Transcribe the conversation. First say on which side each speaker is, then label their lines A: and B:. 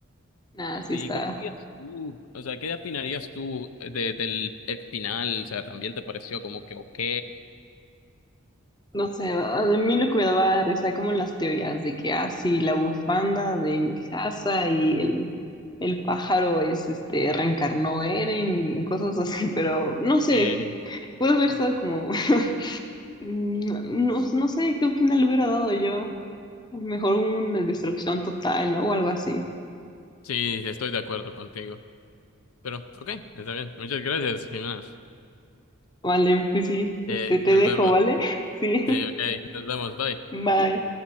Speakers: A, on the left; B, on the left.
A: Nada, sí
B: Sí,
A: está.
B: ¿cuál dirías tú? O sea, ¿qué opinarías tú eh, de, del el final? O sea, ¿también te pareció como que ok?
A: No sé, a mí lo que me daba risa como en las teorías de que, ah, sí, la bufanda de mi casa y el, el pájaro es, este, reencarnó Eren y cosas así, pero no sé,
B: Sí,
A: puede haber estado como, <laughs> no, no, no sé qué final le hubiera dado yo. Mejor una destrucción total, ¿no? O algo así.
B: sí, estoy de acuerdo contigo. Pero, ok, está bien. Muchas gracias, Jimena.
A: Vale, pues sí,
B: Eh,
A: este, te
B: nos
A: dejo,
B: vemos.
A: ¿vale? <laughs> Sí,
B: Sí, ok, nos vemos. Bye.
A: bye.